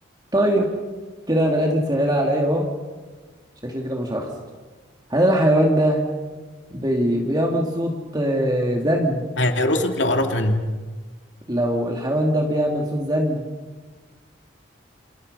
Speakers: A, on the right; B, on the left.
A: طيب كده بدأت تسهل عليا اهو شكلي كده مش هخسر هل الحيوان ده بي... بيعمل صوت آه، زن
B: هيقرصك لو قربت منه
A: لو الحيوان ده بيعمل صوت زن